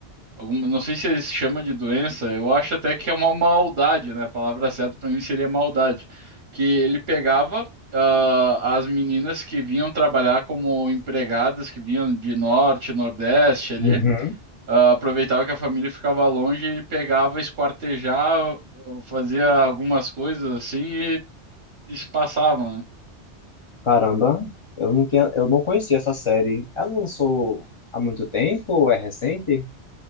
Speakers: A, on the right (about 50°); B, on the left (about 40°).
A: algum, não sei se ele se chama de doença, eu acho até que é uma maldade, né? A palavra certa para mim seria maldade, que ele pegava ah, as meninas que vinham trabalhar como empregadas, que vinham de norte, nordeste ali.
B: Uhum.
A: Ah, aproveitava que a família ficava longe, ele pegava, esquartejava, fazia algumas coisas assim e, e se passavam, né?
B: Caramba, eu não tinha, eu não conhecia essa série. Ela lançou há muito tempo ou é recente?